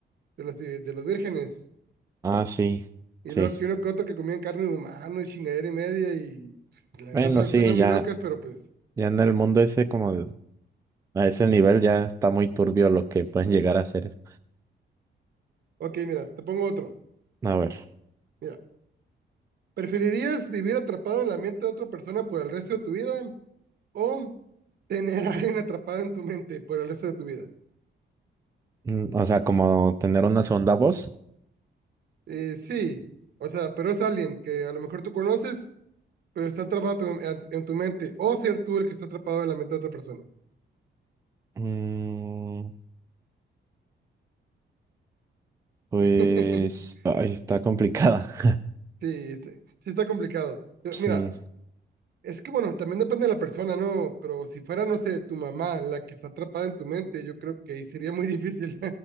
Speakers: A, on the right (about 55°); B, on the right (about 15°).
A: de los, eh, de los vírgenes.
B: Ah, sí,
A: Y
B: sí.
A: luego que uno que otro que comían carne humana y chingadera y media. Y pues, la
B: Bueno,
A: neta su-
B: sí,
A: suenan
B: ya,
A: muy locas, pero pues.
B: ya en el mundo ese como de- a ese nivel ya está muy turbio lo que pueden llegar a hacer.
A: Ok, mira, te pongo otro.
B: A ver,
A: Mira, ¿preferirías vivir atrapado en la mente de otra persona por el resto de tu vida o tener <laughs> a alguien atrapado en tu mente por el resto de tu vida?
B: mm, o sea, como tener una segunda voz.
A: Eh, sí, o sea, pero es alguien que a lo mejor tú conoces, pero está atrapado tu- en en tu mente, o ser tú el que está atrapado en la mente de otra persona.
B: Mm, Pues,
A: <laughs>
B: ay, está complicada. <laughs>
A: Sí, sí, sí está complicado. Yo-
B: Sí.
A: Mira, es que bueno, también depende de la persona, ¿no? Pero si fuera, no sé, tu mamá la que está atrapada en tu mente, yo creo que ahí sería muy <laughs> difícil.